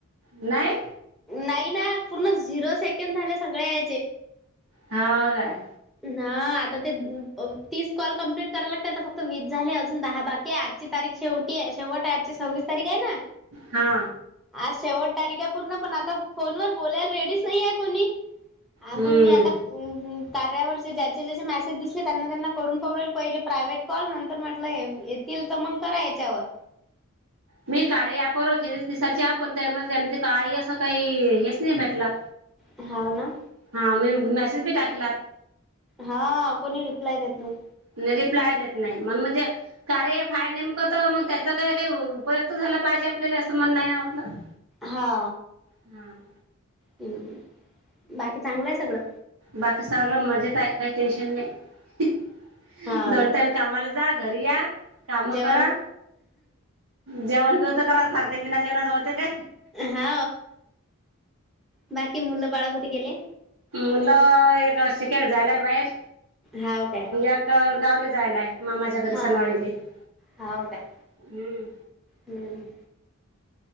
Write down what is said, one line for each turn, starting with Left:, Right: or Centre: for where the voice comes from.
Right: नाई.
Centre: नाई न पूर्ण झिरो सेकंद झाले सगळ्यायचे.
Right: हाव काय.
Centre: ना आता ते तीस कॉल कमप्लीट करायल लागते आता फक्त वीस झाले अजून दहा बाकीेय आज् ची तारीख शेवटी आहे शेवट आजची सव्वीस तारीखाय ना.
Right: हा
Centre: आज शेवट तारीखाय पूर्ण पण आता फोनवर बोलायल रेडीच नाईये कोणी- ह
Right: हम्म
Centre: मंग मी आता कार्यावरचे ज्याचे ज्याचे मेसेज दिसले त्यांना त्यांना करून पाऊ राईली पईले प्रायवेट कॉल नंतर म्हटलं ये तील त मंग करा याच्यावर्-
Right: मी कार्य ऍपवर कीती दिसाच्या पण त्यान त्यांनी् काई असं काई हेच नी भेटलं-
Centre: हाव न.
Right: हा मी मेसेज बी टाकला.
Centre: हा कोणी रिप्लाय देत नई.
Right: नई रिप्लाय देत नाई मंग म्हजे कार्य ऍफाय नेमकं त मग त्याचा काय काय उ् उपयोग त झाला पायजे आपल्याले असं म्हणणाय ना आपलं-
Centre: हा.
Right: हम.
Centre: हम बाकी चांगलं आहे सगळं.
Right: बाकी सगळं मजेत आहे काही स्टेशन नाही
Centre: हा
Right: दोन टाईम कामाला जा घरी या काम
Centre: जेवण
Right: करा जेवण घेऊन तर करायच लागते, बिना जेवणाच होते काय.
Centre: हा बाकी मूल बाळ कुठं गेले.
Right: मुलं एक शिकेला जायलाय बाहेर,
Centre: हाव काय
Right: एक गावले जायलाय. मामाच्या घरी
Centre: हा
Right: <inaudible>
Centre: हाव काय
Right: हम्म
Centre: हम